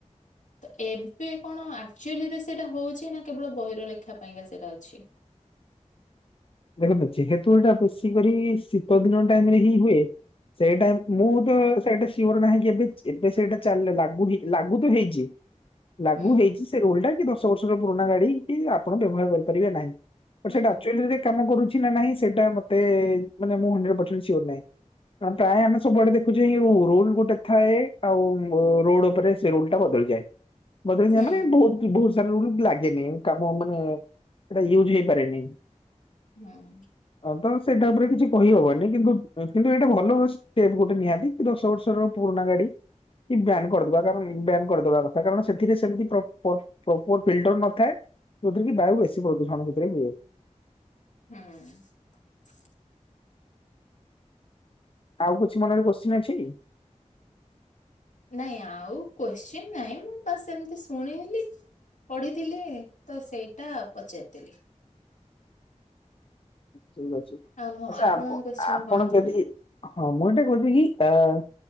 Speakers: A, on the left; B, on the left.
A: ତ ଏବେ କଣ ଆକ୍ଚୁଆଲିରେ ସେଇଟା ହଉଛି ନା କେବଳ ବହିର ଲେଖା ପାଇଁକା ସେଇଟା ଅଛି?
B: <inaudible> ଦେଖନ୍ତୁ ଯେହେତୁ ଏଇଟା ବେଶୀ କରି ଶୀତ ଦିନ ଟାଇମ ରେ ହିଁ ହୁଏ ସେଇଟା ମୁଁ ତ ସେଇଟା ସିଓର ନାହିଁ କି ଏବେ ଏବେ ସେଇଟା ଚାଲିଲା ଲାଗୁ ଲାଗୁ ଲାଗୁ ତ ହେଉଛି ଲାଗୁ
A: ହୁଁ
B: ହେଉଛି ସେ ରୁଲ୍ ଟା ଦଶ ଦଶ ବର୍ଷର ପୁରୁଣା ଗାଡି ଆପଣ ବ୍ୟବହାର କରିପାରିବେ ନାହିଁ ବଟ୍
A: ହୁଁ
B: ସେଇଟା ଆକଚୁଆଲିରେ ଲାଗୁ କରୁଛି ନା ନାଇଁ ସେଟା ମତେ ମାନେ ମୁଁ ହଣ୍ଡ୍ରେଡ ପର୍ଶେଣ୍ଟ ସିଓର ନାଇଁ ପ୍ରାୟେ ଆମେ ସବୁ ଆଡ଼େ ଯଉ ଏହି ରୁଲ ଗୋଟେ ଥାଏ ଆଉ ରୋଡ ଉପରେ ସେ ରୂଲ୍ ଟା ବଦଳିଯାଏ। ବଦଳି
A: ହୁଁ
B: ଯାଏ ମାନେ ବହୁତ ବହୁତ ସାରା ରୁଲ ଲାଗେନି କାମ ମାନେ ସେଟା ୟୁଜ୍ ହେଇପାରେନି।
A: ହଁ।
B: ହଁ ତ ସେଇଟା ଉପରେ କିଛି। କହିହବନି କିନ୍ତୁ କିନ୍ତୁ ଏଇଟା ଭଲ ଷ୍ଟେପ ଗୋଟେ ନିହାତି କି ଦଶ ବର୍ଷର ପୁରୁଣା ଗାଡି କି ବ୍ୟାାନ କରିଦବା କାର ବ୍ୟାନ କରିଦବା କଥା କାରଣ ସେଥିରେ ସେମିତି ପ୍ରପର ଫିଲ୍ଟର ନଥାଏ ଯଉଥିରେ କି ବାୟୁ ବେଶୀ ପ୍ରଦୂଷଣ ସେଥିରେ ହୁଏ।
A: ହୁଁ।
B: ଆଉ କିଛି ମନରେ କୋଶ୍ଚିନ୍ ଅଛି କି?
A: ନାଇଁ ଆଉ କୋଶ୍ଚିନ୍ ନାହିଁ ମୁଁ ବସ୍ ଏମତି ଶୁଣେଇଲି। ପଢିଥିଲି ତ ସେଇଟା ପଚାରିଦେଲି।
B: ଠିକ ଅଛି।
A: ଆଉ ହଁ
B: ଆଚ୍ଛା
A: ଆପଣଙ୍କ
B: ଆପଣ
A: କୋଶ୍ଚିନ୍
B: ଆପଣ
A: କଣ ଥିଲା?
B: ଯଦି ହଁ ମୁଁ ଏଇଟା କହୁଛି କି ଆହ୍